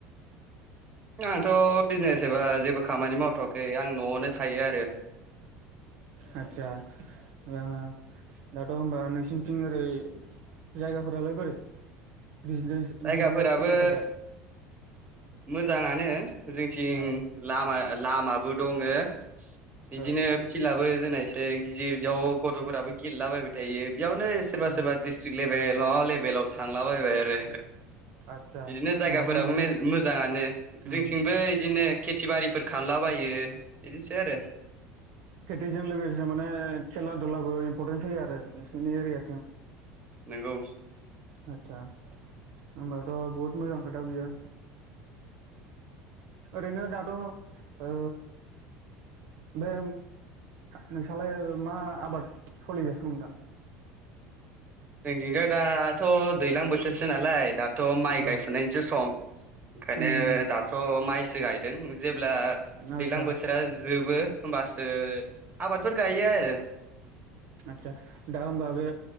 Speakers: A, on the right; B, on the right.
A: आंथ बिजनेस एबा जेबो खामानि मावथ'वाखै आं न'आवनो थायो आरो
B: आतसा ओ दाथ होनबा नोंसिनिथिं ओरै जायगाफोरालाय बोरै बिजने
A: जायगाफोराबो
B: बिजनेसफोरनि थाखाय
A: मोजाङानो जोंथिं
B: ओ
A: लामा लामाबो दङो बिदिनो
B: औ
A: फिल्डआबो जोंना एसे गिदिर बेयाव गथफोराबो गेलेलाबायबाय थायो बेयावनो सोरबा
B: औ
A: सोरबा दिडस्ट्रिक लेभेल माबा लेभेलाव थांला बायबाय आरो
B: आदसा
A: बिदिनो जायगाफोराबो
B: होमबाथ' माने
A: मेल मोज मोजाङानो
B: उम
A: जोंथिंबो इदिनो खेथि बाथि बारिफोर खालामलाबायो इदिनोसै आरो
B: खेटिजों लोगोसे माने खेला दुबो इम्परटेन्स होयो आरो नोंसिरनि एरिया
A: नोंगौ
B: आतसा होनोमबाथ बहुत मोजां खोथा बियो ओरैनो दाथ ओ बे नोंसालाय मा आबाद सोलिगासिनो दं दां
A: जोंथिंथ दाथ दैलां बोथोरसो नालाय दा थ माइ
B: औ
A: गायफुनायनिसो सम ओंखायनो
B: उम
A: दाथ‌ माइसो गायदों जेबो जेब्ला दैज्लां
B: आदसा
A: बोथोरा जोबो होमबासो आबादफोर गायो आरो
B: आचसा दा होमबा बे